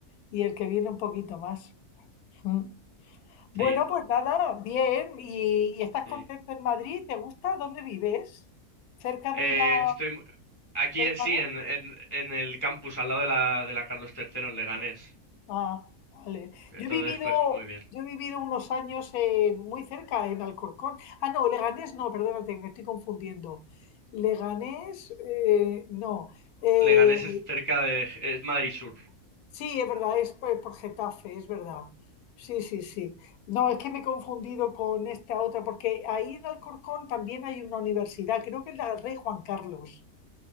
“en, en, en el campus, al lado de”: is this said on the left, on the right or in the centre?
Left